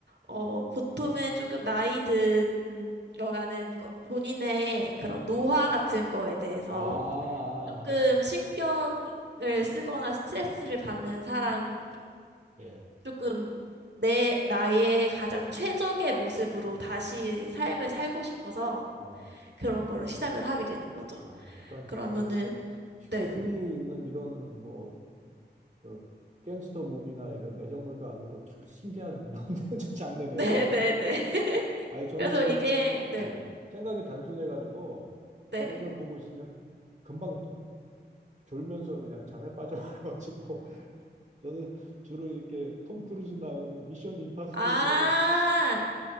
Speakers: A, on the right; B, on the right.
A: 어,
B: 예.
A: 보통은 조금 나이 든 들어가는 거, 본인의 그런 노화
B: 음.
A: 같은 거에 대해서
B: 아, 아,
A: 조금
B: 아.
A: 신경을 쓰거나 스트레스를 받는 사람이
B: 예.
A: 조금 내, 나의 가장
B: 음.
A: 최적의 모습으로 다시 삶을 살고 싶어서
B: 어.
A: 그런 거를 시작을 하게 되는 거죠.
B: 아, 약간
A: 그러면은,
B: 저 쉽게
A: 네.
B: 흔히 있는 이런 뭐 저 갱스터 무비나 이런 애정물도 아니고 참 신기한 그런 <laughs> 장르네요.
A: 네네네. <laughs>
B: 아니 저는
A: 그래서
B: 이게
A: 이게, 네,
B: 예, 생각이 단순해가지고
A: 네.
B: 그런 걸 보고 있으면 금방 졸면서 그냥 잠에 빠져가지고 <laughs> 저는 주로 이렇게 톰 크루즈 나오는 미션 임파서블
A: 아,
B: 유에